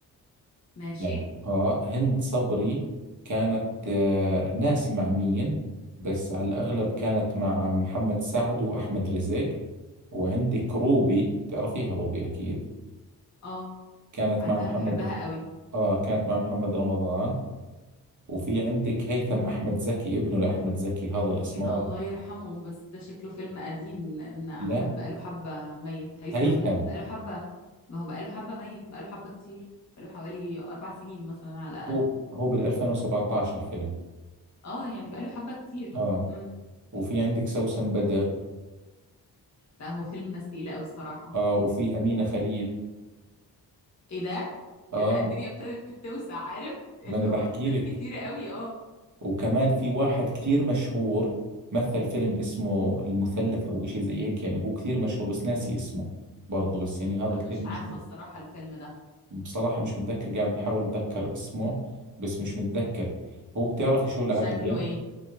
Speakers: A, on the left; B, on the right.
A: ماشي
B: يعني اه هند صبري كانت آه ناسي مع مين بس على الاغلب كانت مع محمد سعد واحمد رزق وعندك روبي تعرفيها روبي أكيد
A: اه
B: كانت
A: عارفاها
B: مع محمد
A: انا بحبها
B: رم-
A: قوي
B: آه كانت مع محمد رمضان وفي عندك هيثم أحمد زكي ابنه لأحمد زكي هذا الأسمراني
A: ايه ده الله يرحمهم بس ده شكله فيلم قديم لان احمد
B: لا
A: بقاله حبة ميت هيثم
B: هيثم
A: بقاله حبة ما هو بقاله حبة ميت بقاله حبة كتير بقاله حوالي اربع سنين مثلا على الاقل
B: هو هو بال 2017 الفيلم
A: اه يعني بقاله حبة كتير
B: آه
A: امم
B: وفي عندك سوسن بدر
A: لا هو فيلم ناس تقيلة قوي الصراحة
B: آه وفي أمينة خليل
A: ايه ده
B: آه
A: لا الدنيا ابتدت توسع عارف اللي
B: ما أنا بحكي
A: هو ناس
B: لك
A: كتيرة قوي اه
B: وكمان في واحد كثير مشهور مثل فيلم اسمه المثلث أو إشي زي هيك يعني هو كثير مشهور بس ناسي اسمه برضه بس يعني هذا
A: مش
B: كثير مشهور
A: عارفة الصراحة الفيلم ده
B: بصراحة مش متذكر قاعد بحاول أتذكر اسمه بس مش متذكر هو بتعرفي شو العجقة
A: شكله ايه